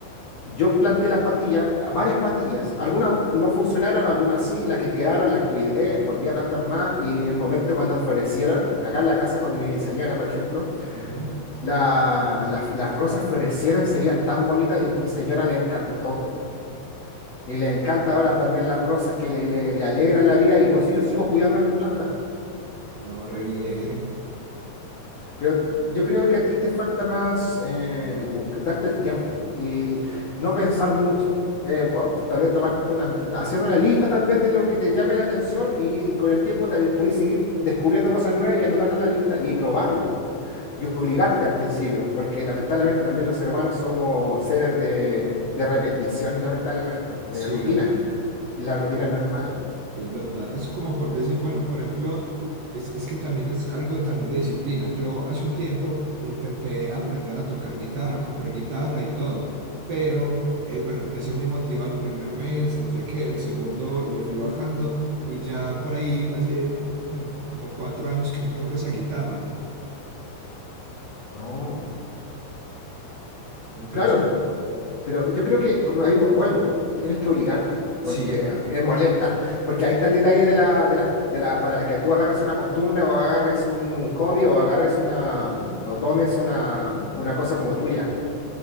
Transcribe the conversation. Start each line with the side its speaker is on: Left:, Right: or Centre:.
Left: yo planté las patillas, varias patillas. Algunas no funcionaron, algunas sí. Las que quedaron las cuidé, volví a plantar más. Y el momento cuando florecieron, acá en la casa con mi señora, por ejemplo,
Right: Ujú,
Left: la- las las rosas florecieron, se veían tan bonitas y mi señora le encantó. Y le encanta ahora también las rosas que le, le, le alegran la vida y por eso yo sigo
Right: Sí,
Left: cuidando a mis plantas.
Right: me ahorré bien.
Left: Pero yo creo que a ti te falta más eh, bus- darte el tiempo y no pensar mucho. Eh, bo- tal vez tomarte unas, hacer una lista tal vez de lo que te llame la atención y con el tiempo te, podéis seguir descubriendo cosas nuevas y anotarlas en la lista y probarlo y obligarte al principio, porque lamentablemente también los seres humanos somos seres de, de repetición, lamentablemente, de
Right: Sí,
Left: rutina y la rutina no es mala.
Right: es verdad. Es como por decir, bueno, por ejemplo, es, es que también es algo también de disciplina. Yo hace un tiempo intenté aprender a tocar guitarra, compré guitarra y todo, pero eh, bueno, empecé muy motivado el primer mes, no sé qué, el segundo le fui bajando y ya por ahí hace mm, como cuatro años que no toco esa guitarra.
Left: No,
Right: Entonces,
Left: claro. Pero yo creo que, como ahí vu- vuelvo, tienes que obligarte, porque
Right: sí,
Left: ah, es molesta, porque ahí está el detalle de la, de la, de la, para que tú agarres una costumbre o agarres un, un hobby o agarres una, o tomes una, una cosa como tuya.